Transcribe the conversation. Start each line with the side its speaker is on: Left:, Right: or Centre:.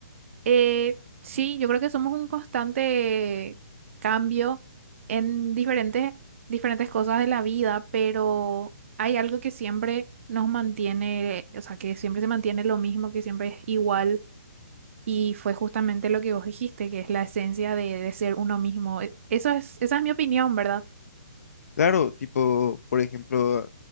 Right: Eh, sí, yo creo que somos un constante cambio en diferentes, diferentes cosas de la vida, pero hay algo que siempre nos mantiene, o sea, que siempre se mantiene lo mismo, que siempre es igual, y fue justamente lo que vos dijiste, que es la esencia de, de ser uno mismo. E- Eso es, esa es mi opinión, ¿verdad?
Left: Claro, tipo, por ejemplo,